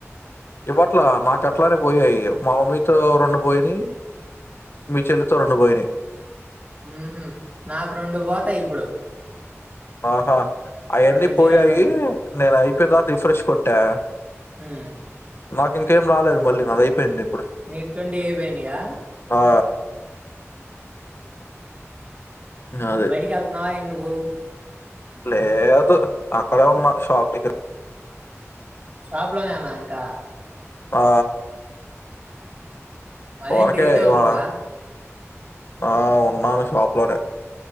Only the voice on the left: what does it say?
ఇవట్లా నాకు అట్లానే పోయాయి మా మమ్మీతో రెండు పోయిని మీ చెల్లితో రెండు పోయిని
ఆహా అయన్నీ
పోయాయి
నేను అయి ఇక్కడ దాకా రిఫ్రెష్ కొట్టా
నాకు ఇంకేం రాలేదు మళ్ళీ నాది అయిపోయింది
ఆ! అది.
లేదు అక్కడే ఉన్నా షాప్ దగ్గర.
ఆ
ఊరకే
ఇవాళ ఆ ఉన్నాను షాప్ లోనే